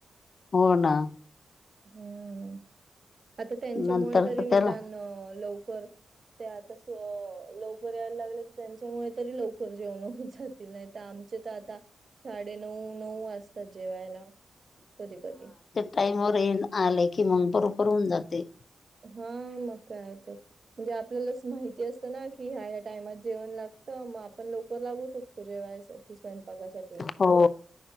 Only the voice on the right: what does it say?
हम्म आता त्यांच्यामुळे
तरी
निदान
लवकर ते आता लवकर यायला लागले तर त्यांच्यामुळे तरी लवकर जेवण होत जातील नाहीत... आमचे तर आता साडे नऊ नऊ वाजतात जेवायला कधी कधी....
हा मग काय ते? म्हणजे आपल्याला माहिती असतं ना कि ह्या ह्या टाइमात जेवण लागतं मग आपण लवकर लागू शकतो... तु जेवायसाठी स्वयंपाकासाठी